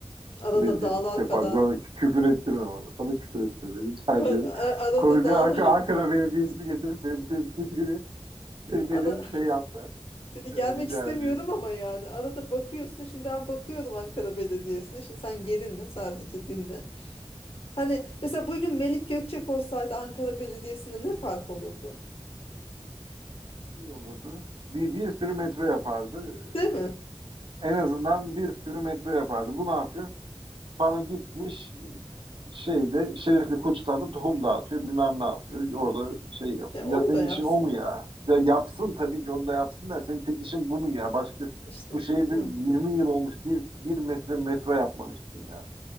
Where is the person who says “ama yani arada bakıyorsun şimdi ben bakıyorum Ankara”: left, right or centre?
Left